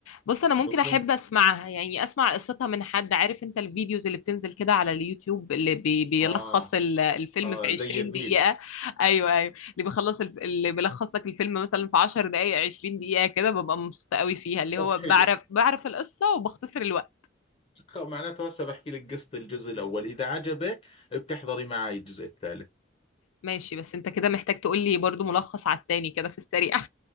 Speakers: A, on the left; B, on the left.
A: بص أنا ممكن
B: بكون
A: أحب أسمعها يعني أسمع قصتها من حد عارف أنت الفيديوز اللي بتنزل كده على اليوتيوب اللي بي بيلخص
B: اه
A: ال- الفيلم
B: اه
A: في 20
B: زي الريلز
A: دقيقة أيوه أيوه اللي بيخلص الف... اللي بيلخص لك الفيلم مثلا في 10 دقايق 20 دقيقة كده ببقى مبسوطة قوي فيها اللي
B: طب
A: هو
B: حلو
A: بعرف بعرف القصة وبختصر الوقت
B: خ- معناته هسه بحكي لك قصة الجزء الأول إذا عجبك بتحضري معي الجزء الثالث
A: ماشي بس انت كده محتاج تقول لي برضو ملخص على التاني كده في السريع